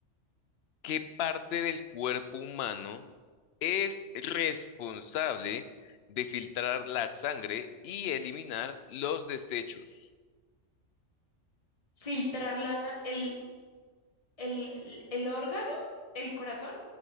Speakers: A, on the left; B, on the left.
A: ¿qué parte del cuerpo humano es responsable de filtrar la sangre y eliminar los desechos?
B: Filtrar la sa- el, el, el, el órgano, el corazón,